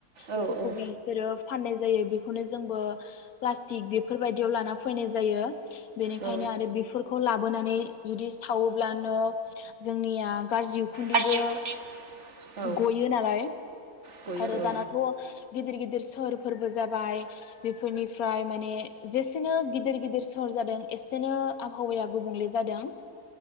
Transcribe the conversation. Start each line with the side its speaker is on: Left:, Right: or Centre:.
Right: औ
Left: बेफोरखौ
Right: औ
Left: बिसोरो फानै जायो बेखौनो जोंबो प्लास्टिक बेफोरबायदियाव लाना फैनाय जायो बेनिखायनो
Right: औ
Left: आरो बेफोरखौ ला बोनानै जुदि सावोब्लानो जोंनिया ओ गाज्रि उखुनदैबो
Right: गाज्रि उखुन्दै औ
Left: गयो नालाय
Right: गयो
Left: आरो
Right: औ
Left: दानाथ' गिदिर गिदिर सहरफोरबो जाबाय बेफोरनिफ्राय माने जेसेनो गिदिर गिदिर सहर जादों एसेनो आबहावाया गुबुंले जादों